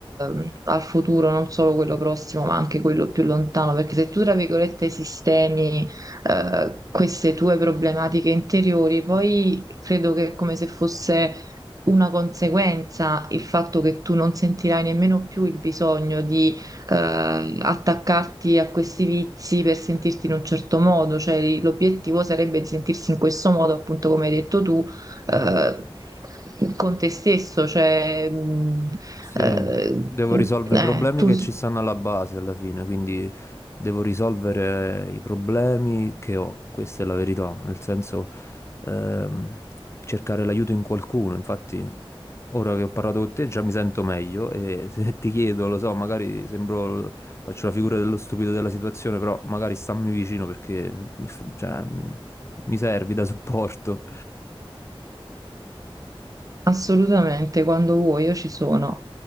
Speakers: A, on the right (about 40°); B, on the left (about 30°).
A: eh, al futuro, non solo quello prossimo, ma anche quello più lontano, perché se tu, tra virgolette, sistemi eh, queste tue problematiche interiori, poi credo che è come se fosse una conseguenza il fatto che tu non sentirai nemmeno più il bisogno di eh, attaccarti a questi vizi per sentirti in un certo modo, cioè l'obiettivo sarebbe di sentirsi in questo modo, appunto come hai detto tu, eh, con te stesso, cioè mh,
B: Sì,
A: eh,
B: devo risolvere
A: eh,
B: i problemi
A: tu
B: che
A: s-
B: ci stanno alla base alla fine, quindi devo risolvere i problemi che ho, questa è la verità, nel senso ehm, cercare l'aiuto in qualcuno, infatti ora che ho parlato con te già mi sento meglio e <laughs> se ti chiedo, lo so, magari sembro, faccio la figura dello stupido della situazione, però magari stammi vicino perché f- cioè, mi servi da supporto.
A: assolutamente quando vuoi io ci sono.